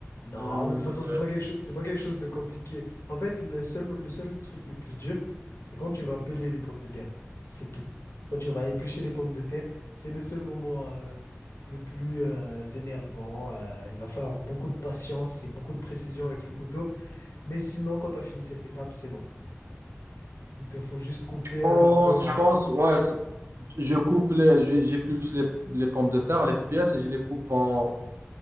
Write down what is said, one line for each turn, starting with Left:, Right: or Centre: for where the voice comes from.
Left: Non,
Right: Euh,
Left: mais de toute façon, c'est pas quelque chose, c'est pas quelque chose de compliqué. En fait, le seul, mo- le seul truc le plus dur, c'est quand tu vas peler les pommes de terre. C'est tout. Quand tu vas éplucher les pommes de terre, c'est le seul moment euh, le plus euh, énervant. Euh, il va falloir beaucoup de patience et beaucoup de précision avec le couteau. Mais sinon, quand tu as fini cette étape, c'est bon. Il te faut juste couper
Right: je pense,
Left: un peu avec
Right: je pense,
Left: les fils.
Right: ouais, ça- je coupe les, je- j'épulse les, les pommes de terre, les pièces, et je les coupe en,